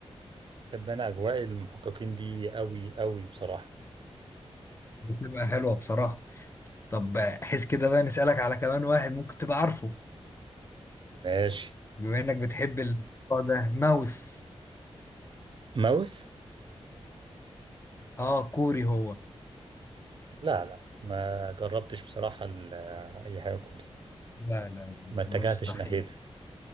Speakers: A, on the right (about 45°); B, on the left (about 20°).
A: بحب انا اجواء المحققين دي قوي قوي بصراحه
B: بتبقى حلوة بصراحة طب حس كده بقى نسألك على كمان واحد ممكن تبقى عارفه
A: ماشي
B: بما انك بتحب الموضوع ده ماوس
A: ماوس
B: اه كوري هو
A: لا لا ما جربتش بصراحة ال- أي حاجة كوري
B: لا لا لا،
A: ما اتجهتش
B: مستحيل
A: ناحيته